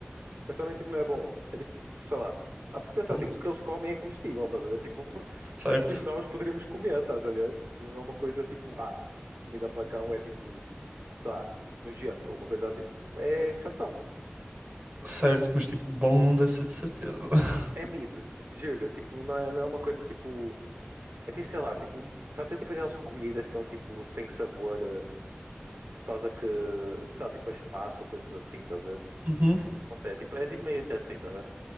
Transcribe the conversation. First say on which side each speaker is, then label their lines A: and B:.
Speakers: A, on the right (about 70°); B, on the right (about 35°).
A: mas também tipo, não é bom. É tipo, sei lá. Ah, porque pensa
B: Bom,
A: assim, o que eles comem é comestível, estás a ver? Tipo, <laughs>
B: certo.
A: tipo, nós poderíamos comer, estás a ver? Tipo, não é uma coisa tipo, ah, comida para cão é tipo, sei lá, nojento ou uma coisa assim. Tipo, é ração,
B: Certo, mas tipo, bom não deve ser de certeza. <laughs>
A: é mida, juro. Tipo, não é, não é uma coisa tipo. É tipo, sei lá, tipo, estás a ver tipo aquelas comidas que estão tipo sem sabor eh, por causa que, sei lá, tipo, é espaço ou coisas assim, estás a ver?
B: Uhum.
A: Não sei, é tipo, é tipo meio que assim, tá?